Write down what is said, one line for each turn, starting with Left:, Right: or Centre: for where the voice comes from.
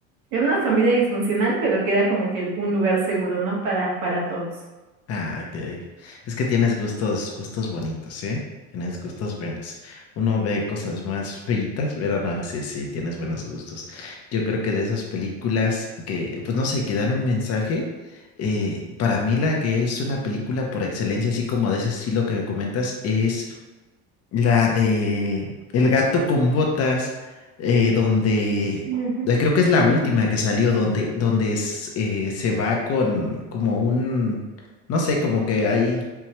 Right: era una familia disfuncional, pero que era como que el- un lugar seguro, ¿no? Para, para todos.
Left: Ah, que es que tienes gustos, gustos bonitos, ¿eh? Tienes gustos buenos. Uno ve cosas más feitas, pero no, sí, sí, tienes buenos gustos. Yo creo que de esas películas que, pues no sé, que dan un mensaje, eh, para mí la que es una película por excelencia, así como de ese estilo que me comentas, es la de El gato con botas, eh, donde
Right: Ujú.
Left: eh, creo que es la última que salió, donde, donde es, eh, se va con como un, no sé, como que hay,